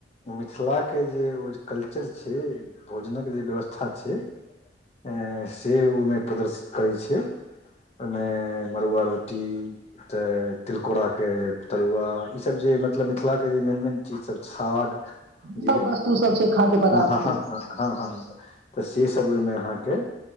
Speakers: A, on the left; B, on the right.
A: मिथिलाके जे ओ जे कल्चर छै भोजनक जे व्यवस्था छै अ से ओहिमे प्रदर्शित करै छै ओहिमे मड़ुआ रोटी तऽ तिलकोरा के तरुआ ई सब जे मतलब मिथिला के जे मेन मेन चीज सब छै खाग जे
B: सभ वस्तुसभ छै खाद्य
A: ह
B: पदार्थके
A: ह ह ह ह ह तऽ से <unintelligible> तब ओहि में आहाॅं के